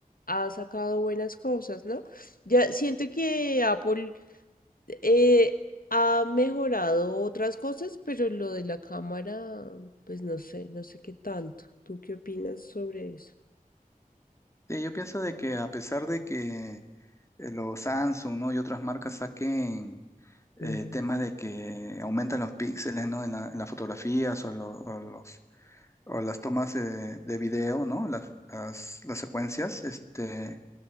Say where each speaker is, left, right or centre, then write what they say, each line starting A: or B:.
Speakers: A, on the left; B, on the left.
A: ha sacado buenas cosas, ¿no? Ya siento que Apple eh, ha mejorado otras cosas, pero lo de la cámara, pues no sé, no sé qué tanto. ¿Tú qué opinas sobre eso?
B: Sí, yo pienso de que a pesar de que eh, los Samsung, ¿no? Y otras marcas saquen eh,
A: Ujú.
B: temas de que aumentan los píxeles, ¿no? En la- en las fotografías o, lo- o los, o las tomas eh, de video, ¿no? Las, las, las secuencias, este,